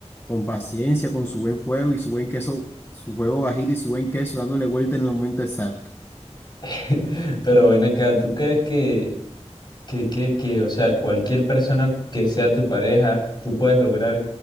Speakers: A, on the left (about 20°); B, on the left (about 40°).
A: con paciencia, con su buen fuego y su buen queso, su huevo bajito y su buen queso, dándole vuelta en el momento exacto.
B: Mm. <laughs> Pero ven acá, ¿tú crees que, que, que, que, o sea, cualquier persona que sea tu pareja, tú puedes lograr